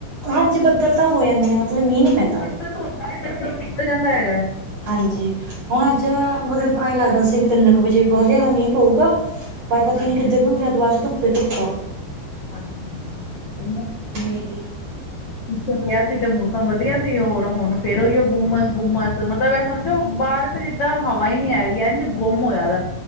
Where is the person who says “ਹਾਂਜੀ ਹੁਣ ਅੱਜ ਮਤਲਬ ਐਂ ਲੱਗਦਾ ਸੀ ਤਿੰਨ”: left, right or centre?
Right